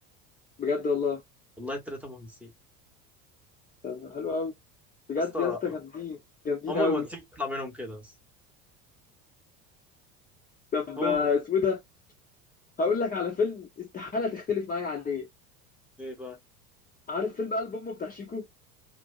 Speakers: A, on the left; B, in the centre.
A: بجد والله
B: والله الثلاثه مهندسين
A: طب حلو قوي بجد
B: يا اسطى
A: يا اسطى جامدين جامدين
B: هم
A: قوي
B: المهندسين بيطلع منهم كده بس
A: طب
B: هم
A: آه، اسمه إيه ده هقول لك على فيلم استحالة تختلف معايا عليه
B: ايه بقى
A: عارف فيلم قلب امه بتاع شيكو